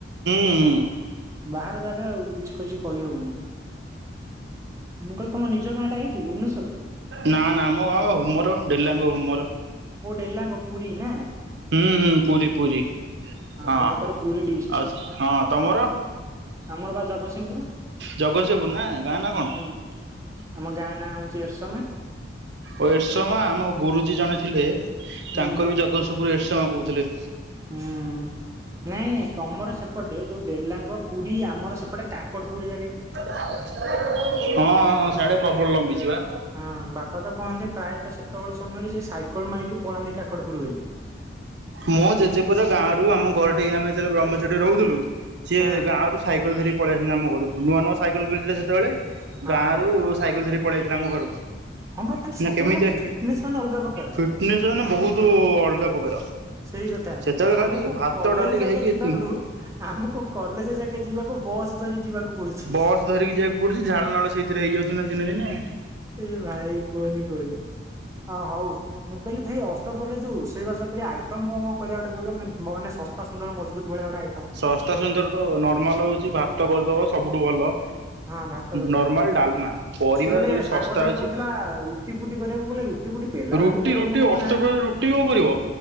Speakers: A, on the right; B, on the right.
A: ହୁଁ
B: ବାହାର ଜାଗା ଆଉ କିଛି କହିହବନି ମୁଁ କହିଲି ତମ ନିଜ ଗାଁ ଟା ଏଇଠି ଭୁବନେଶ୍ଵର
A: ନା ନା ଆମ ଗାଁ ହୁମର ଡେଲାଙ୍ଗ ହୁମର
B: ଓ ଡେଲାାଙ୍ଗ ପୁର ନା
A: ହୁଁ ହୁଁ ପୁରୀ ପୁରୀ ହଁ
B: ତମର ତାହେଲେ ପୁରୀ ଡିଷ୍ଟ
A: ଆ ହଁ ତମର
B: ଆମର ବା ଜଗତସିଂହପୁର
A: ଜଗତସିଂପୁର ନା ଗାଁ ନା କଣ
B: ହୁଁ ଆମ ଗାଁ ନାଁ ଆଉଛି ଏର୍ସନା
A: ଓ ଏର୍ସୋମା ଆମ ଗୁରୁଜୀ ଜଣେ ଥିଲେ
B: ହୁଁ
A: ତାଙ୍କର ବି ଜଗତସପୁର ଏସ୍ରମା କହୁଥିଲେ
B: ହୁଁ ନାଇଁ ତମର ସେପଟେ ଯୋଉ ଡେଲାଙ୍ଗ ପୁରୀ ଆମର ସେପଣେ କାକଟପୁରୁ
A: ହଁ ଶାଢୀ ପ୍ରବଳ ଲମ୍ବି ଛି ବା
B: ହଁ ବାପା ତ କହନ୍ତି ପ୍ରାୟତଃ ସେତେବେଳେ ସମୟରେ ସେ ସାଇକଲ ମାରିକି ପଳାନ୍ତି କାକଡପରୁ ବୁଲି
A: ମୋ ଜେଜେପୁର ଗାଁ ରରୁ ଆମ ଘର ଟି ଆମେ ଯେତେବେ ବ୍ରହ୍ମଚୁରୀ ରହୁଥିଲୁ। ସିଏ
B: ହଁ
A: ଗାଁ ରୁ ସାଇକେଲ ଧରି ପଳେଇାଇଛନ୍ତି ଆମ ଘରକୁ ନୂଆ ନୂଆ ସାଇକଲ କିଣିଥିଲେ ସେତବେଳେ
B: ହଁ
A: ଗାଁ ର ସାଇକେଲ ଧରି ପଳେଇଆସି ଥିଲେ ଆମ ଘରକୁ।
B: ହଁ ବା ମାନେ ସେତେବେଳେ
A: ନା କେମିତିି
B: ମାନେ ଫିଟନେସ୍ ମାନେ ଅଲଗା ପ୍ରକାର।
A: ଫିଟ୍ନେସ ମାନେ ବହୁତ ଅଲଗା ପ୍ରକାର।
B: ସେଇ କଥା
A: ସେତେବେଳେ ଖାଲି
B: ଆମକୁ
A: ଭାତ
B: କଲେଜ
A: ଡାଲି
B: ଯକେ
A: ଖାଇକି
B: ଯିବାକୁ
A: ଏତିକି
B: ଆମକୁ କଲେଜ ଯକେ ଯିବାକୁ ବସ୍ ଧରି ଯିବାକୁ ପଡୁଛି।
A: ବସ ଧରିକି ଯିବାକୁ ପଡୁଛି ଝାଳନାଳ ସେଇଥିରେ ହେଇଯାଉଛି ନା ଦିନେ ଦିନେ
B: ଏ ଭାଇ କୁହନି କୁହନି ଅ ହଉ ମୁଁ କହିଲି ଭାଇ ଅଷ୍ଟରେ ଯୋଉ ଅଷ୍ଟ ପ୍ରହରୀ ରୋଷେଇବାସ କରିବା ଆଇଟମ କଣ କଣ କରିବା ଗୋଟେ କହିବ ମାନେ ମାନେ ଶସ୍ତା ସୁନ୍ଦର ମଜବୁତ ଭଳିଆ ଗୋଟେ ଆଇଟମ।
A: ଶସ୍ତା ସୁନ୍ଦର ତ ନର୍ମାଲ ହଉଛି ଭାତ କରିଦବ ସବୁଠୁ ଭଲ।
B: ହଁ ଭାତ କରିବା
A: ନର୍ମାଲ ଡାଲମା ପରିବା
B: ସେ ଗୋଟେ
A: ଯୋଉ
B: ସାଙ୍ଗଟ
A: ଶସ୍ତା
B: ଗୋଟେ
A: ଅଛି
B: କହୁଥିଲା ରୁଟି ଫୁଟି କରିବାକୁ କିଲେ ରୁଟି ଫୁଟି ବେଲା
A: ରୁଟି
B: ବେଲି ପାଇଁ
A: ରୁଟି
B: ଲୋକ ପୋକ
A: ଅଷ୍ଟପ୍ରହରୀ
B: ନାହାନ୍ତି
A: ରୁଟି କଣ କରିବ